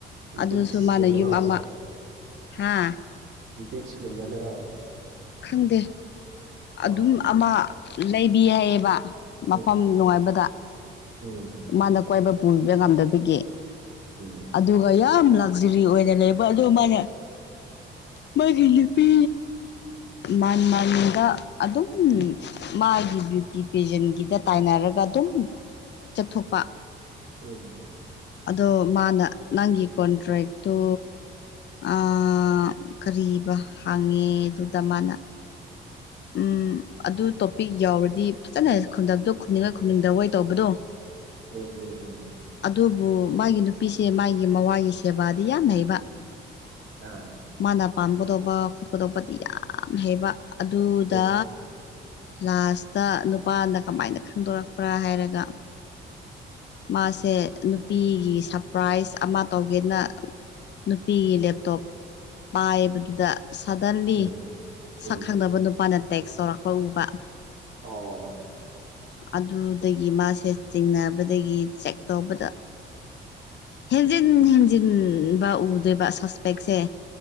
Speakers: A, on the right (about 70°); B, on the left (about 60°).
A: ꯕꯤꯠꯁꯀꯨꯝꯕꯗꯣ
B: ꯑꯗꯨꯁꯨ ꯃꯥꯅ ꯌꯨꯝ ꯑꯃ ꯍꯥ
A: ꯕꯤꯁ ꯀꯨꯝꯕꯗꯔꯣ
B: ꯈꯪꯗꯦ
A: ꯑꯥ
B: ꯑꯗꯨꯝ ꯑꯃ ꯂꯩꯕꯤ ꯌꯥꯏꯌꯦꯕ꯫
A: ꯎꯝ
B: ꯃꯐꯝ ꯅꯨꯡꯉꯥꯏꯕꯗ
A: ꯎꯝ ꯎꯝ
B: ꯃꯥꯅ ꯀꯣꯏꯕ ꯄꯨꯕ ꯉꯝꯗꯕꯒꯤ
A: ꯎꯝ
B: ꯑꯗꯨꯒ ꯌꯥꯝ ꯂ ꯂꯛꯖꯔꯤ ꯑꯣꯏꯅ ꯂꯩꯕ ꯑꯗꯣ ꯃꯥꯅ ꯃꯥꯒꯤ ꯅꯨꯄꯤ ꯃꯥꯟ ꯃꯟꯗ ꯑꯗꯨꯝ ꯃꯥꯒꯤ ꯕ꯭ꯌꯨꯇꯤ ꯄꯦꯖꯦꯟꯒꯤꯗ ꯇꯥꯏꯅꯔꯒ ꯑꯗꯨꯝ ꯆꯠꯊꯣꯛꯄ
A: ꯎꯝ
B: ꯑꯗꯣ ꯃꯥꯅ ꯅꯪꯒꯤ ꯀꯣꯟꯇ꯭ꯔꯦꯛꯇꯣ ꯑ ꯀꯔꯤꯕ ꯍꯥꯡꯉꯦ ꯑꯗꯨꯗ ꯃꯥꯅ ꯎꯝ ꯑꯗꯨ ꯇꯣꯄꯤꯛ ꯌꯥꯎꯔꯗꯤ ꯐꯖꯅ ꯈꯗꯗꯣ ꯈꯨꯝꯅꯤꯡꯉꯥꯏ ꯈꯨꯝꯅꯤꯡꯗ ꯇꯧꯕꯗꯣ <inaudible>
A: ꯎꯝ ꯎꯝ ꯎꯝ
B: ꯑꯗꯨꯕꯨ ꯃꯥꯒꯤ ꯅꯨꯄꯤꯁꯦ ꯃꯥꯒꯤ ꯃꯋꯥꯒꯤ ꯁꯦꯕꯥꯗꯤ ꯌꯥꯝ ꯍꯩꯕ
A: ꯑꯥ
B: ꯃꯥꯅ ꯄꯥꯝꯒꯗꯧꯕ ꯈꯣꯠꯀꯗꯧꯕꯗꯤ ꯌꯥꯝ ꯍꯩꯕ ꯑꯗꯨꯗ
A: ꯎꯝ
B: ꯂꯥꯁꯇ ꯅꯨꯄꯥꯅ ꯀꯃꯥꯏꯅ ꯈꯪꯗꯣꯔꯛꯄ꯭ꯔꯥ ꯍꯥꯏꯔꯒ ꯃꯥꯁꯦ ꯅꯨꯄꯤꯒꯤ ꯁꯔꯄ꯭ꯔꯥꯏꯖ ꯑꯃ ꯇꯧꯒꯦꯅ ꯅꯨꯄꯤꯒꯤ ꯂꯦꯞꯇꯣꯞ ꯄꯥꯏꯕꯗꯨꯗ ꯁꯥꯗꯟꯂꯤ
A: ꯎꯝ ꯎꯝ
B: ꯁꯛ ꯈꯪꯗꯕ ꯅꯨꯄꯥꯅ ꯇꯦꯛꯁ ꯇꯧꯔꯛꯄ ꯎꯕ
A: ꯑꯣ
B: ꯑꯗꯨꯗꯒꯤ ꯃꯥꯁꯦ ꯆꯤꯡꯅꯕꯗꯒꯤ ꯆꯦꯛ ꯇꯧꯕꯗ ꯍꯦꯟꯖꯤꯟ ꯍꯦꯟꯖꯤꯟꯕ ꯎꯗꯣꯏꯕ ꯁꯣꯁꯄꯦꯛꯁꯦ